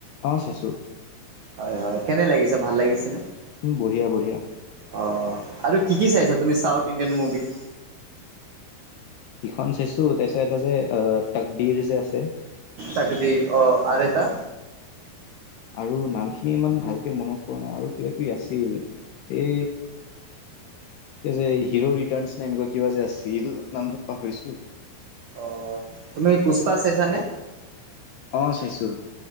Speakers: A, on the left; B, on the right.
A: অঁ, চাইছো।
B: হয় হয়, কেনে লাগিছে, ভাল লাগিছে নে?
A: উম বঢ়িয়া, বঢ়িয়া।
B: অঁ, আৰু কি কি চাইছা তুমি চাউথ-ইণ্ডিয়ান মভি?
A: ইখন চাইছো তাৰপিছত এটা যে তকদিৰ যে আছে
B: তকদিৰ অ আৰু এটা
A: আৰু নামখিনি ইমান ভালকে মনত পৰা নাই আৰু কিবা কিবি আছিল এ এই যে হিৰো ৰিটাৰ্ নে এনেকুৱা কিবা যে আছিল নামটোত পাহৰিছো অলপ
B: অ তুমি পুষ্পা চাইছানে
A: অ চাইছোঁ